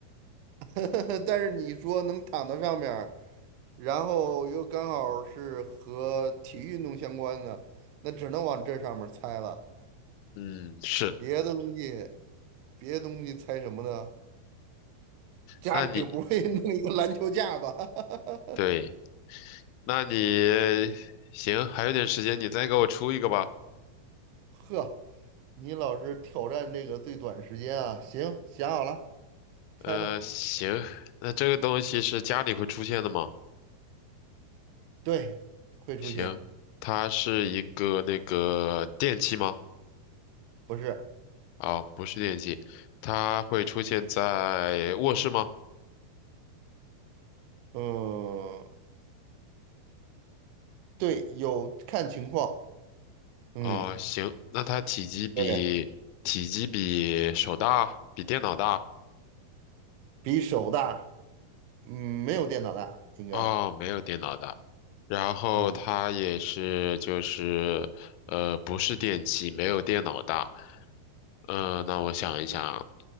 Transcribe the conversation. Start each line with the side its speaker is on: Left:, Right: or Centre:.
Right: <laughs> 但是你说能躺到上面。然后又刚好是和体育运动相关的，那只能往这上面猜了。
Left: 嗯，是，
Right: 别的东西，别的东西猜什么呢？家里不会
Left: 那你，
Right: <laughs> 弄一个篮球架吧？<laughs>
Left: 对，那你，行，还有点时间，你再给我出一个吧。
Right: 呵，你老是挑战这个最短时间啊！行，想好了，猜吧。
Left: 呃，行，那这个东西是家里会出现的吗？
Right: 对，会出现，
Left: 行，它是一个那个电器吗？
Right: 不是？
Left: 啊、不是电器，它会出现在卧室吗？
Right: 嗯，对，有看情况。嗯，
Left: 啊、行，那它体积比体积比手大，
Right: 对，
Left: 比电脑大。
Right: 比手大，嗯，没有电脑大，应该。
Left: 哦，没有电脑的，然后它也是就是呃不是电器，
Right: 嗯。
Left: 没有电脑大。嗯，那我想一想，